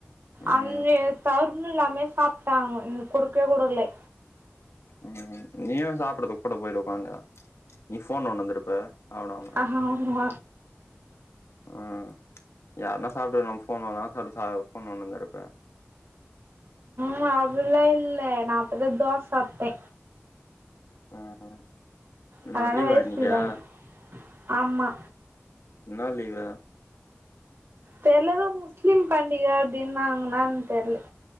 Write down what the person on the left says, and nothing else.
ம்
ம் நீயு சாப்புடுனு கூட போய் உக்காந்து நீ ஃபோன் நோண்ணுந்துருப்ப சாப்டாம
<inaudible> ஆ யார்னா சாப்டு நா ஃபோன் நோன்னா சொல்ட்டு சா ஃபோன் நோனுன்ந்திருப்ப
ம்
ஓ லீவா
இன்னிக்கா
என்ன லீவு